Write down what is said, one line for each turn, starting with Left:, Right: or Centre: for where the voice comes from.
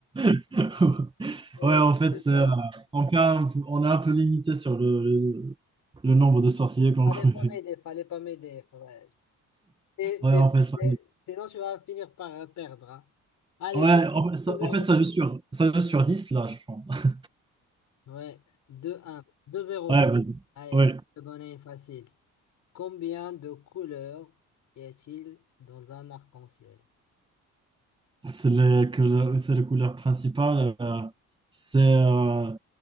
Right: <laughs>
Left: C'est
Right: Ouais, en fait,
Left: c'est
Right: c'est, euh,
Left: ça.
Right: on fait un- on est un peu limité sur le, le- le nombre de sorciers qu'on
Left: Fallait
Right: <laughs> connaît.
Left: pas m'aider. Fallait pas m'aider. Fallait- t'es-
Right: Ouais,
Left: t'es-
Right: en fait, ça-
Left: t'es- Sinon, tu vas finir par perdre. hein. Allez,
Right: ouais,
Left: deux
Right: en fait, ça,
Left: zéro
Right: en fait, ça joue sur, ça joue sur 10 là, je pense. <laughs>
Left: Ouais, deux un deux zéro
Right: Ouais, vas-y.
Left: Allez,
Right: Ouais,
Left: je vais te donner une facile. Combien de couleurs y a-t-il dans un arc-en-ciel?
Right: c'est les que le- c'est les couleurs principales euh, c'est euh,